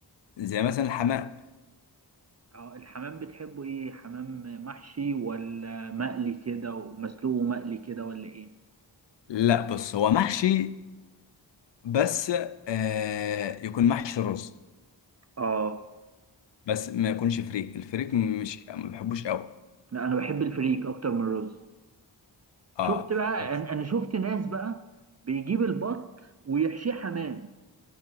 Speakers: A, on the left; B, on the right.
A: زي مثلا الحمام
B: اه الحمام بتحبه ايه حمام محشي ولا مقلي كده ومسلوق ومقلي كده ولا ايه
A: لا بص هو محشي بس آه يكون محشي رز
B: اه
A: بس ما يكونش فريك الفريك مش ما بحبوش قوي
B: لا انا بحب الفريك اكتر من الرز
A: اه
B: شفت بقى
A: بس
B: انا أنا شفت ناس بقى بيجيب البط ويحشيه حمام